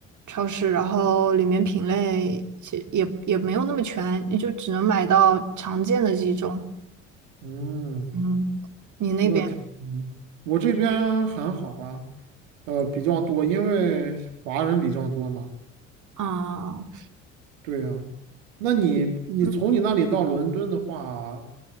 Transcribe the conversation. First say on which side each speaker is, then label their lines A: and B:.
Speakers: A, on the right; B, on the right.
A: 超市，然后里面品类其实也也没有那么全，也就只能买到常见的几种。
B: 嗯，
A: 嗯，你那边？
B: 那挺，嗯，我这边还好啦，呃，比较多，因为华人比较多嘛。
A: 啊，
B: 对呀，那你你从你那里到伦敦的话，
A: 嗯，